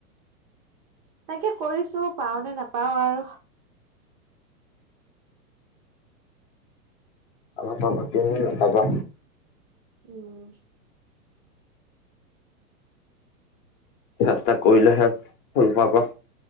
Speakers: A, on the right (about 30°); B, on the left (about 35°).
A: তাকে কৰিছো পাও নে নাপাও আৰু।
B: পাবা পাবা কিয়নো নাপাবা।
A: উম।
B: চেষ্টা কৰিলেহে ফল পাবা।